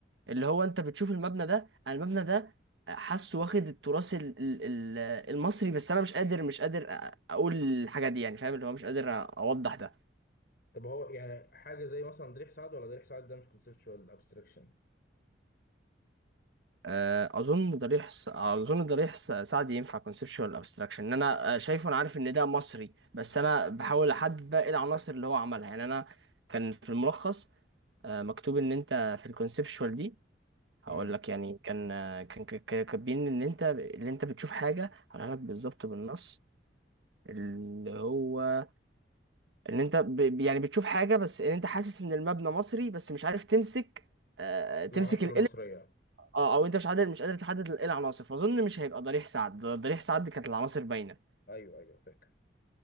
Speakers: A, on the right; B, on the left.
A: اللي هو انت بتشوف المبنى ده انا المبنى ده حاسه واخد التراث ال- ال- ال- المصري بس انا مش قادر مش قادر أ- اقول الحاجه دي يعني فاهم اللي هو مش قادر أ- اوضح ده
B: طب هو يعني حاجة زي مثلا ضريح سعد ولا ضريح سعد ده مش كونسبشوال ابستراكشن
A: آه، اظن ضريح س- اظن ضريح س- سعدي ينفع كونسبشوال ابستراكشن ان انا آه، شايفه انا عارف ان ده مصري بس انا بحاول احدد بقى ايه العناصر اللي هو عملها يعني انا كان في الملخص آه، مكتوب ان انت في الكونسبشوال دي هقول
B: امم
A: لك يعني كان كان كان- كانوا كاتبين ان انت اللي انت بتشوف حاجه هقولها لك بالظبط بالنص اللي هو ان انت ب... ب- يعني بتشوف حاجه بس ان انت حاسس ان المبنى مصري بس مش عارف تمسك آه... تمسك
B: العناصر
A: القلم
B: المصرية
A: اه او انت مش قادر مش قادر تحدد ال- ايه العناصر فاظن مش هيبقى ضريح سعد ض- ضريح سعد كانت العناصر باينه
B: ايوه ايوه فاكر